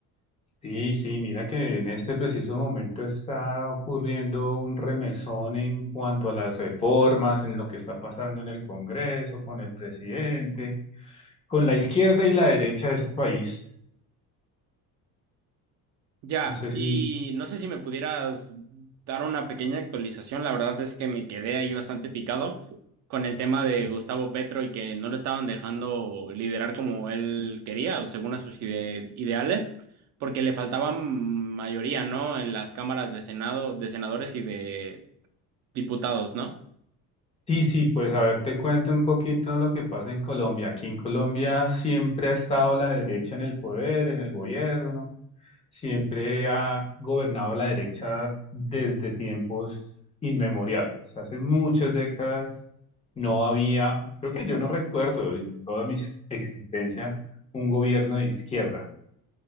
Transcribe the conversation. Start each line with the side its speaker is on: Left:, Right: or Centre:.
Left: Sí, sí, mira que en este preciso momento está ocurriendo un remesón en cuanto a las reformas, en lo que está pasando en el Congreso, con el presidente, con la izquierda y la derecha de este país.
Right: Ya,
Left: No sé
Right: y
Left: si...
Right: no sé si me pudieras dar una pequeña actualización. La verdad es que me quedé ahí bastante picado con el tema de Gustavo Petro y que no lo estaban dejando liderar como él quería o según a sus ide- ideales, porque le faltaban mayoría, ¿no? En las cámaras de Senado, de senadores y de diputados, ¿no?
Left: Sí, sí, pues a ver, te cuento un poquito lo que pasa en Colombia. Aquí en Colombia siempre ha estado la derecha en el poder, en el gobierno. siempre ha gobernado la derecha desde tiempos inmemoriales. Hace muchas décadas no había, creo que yo no recuerdo en toda mi existencia un gobierno de izquierda.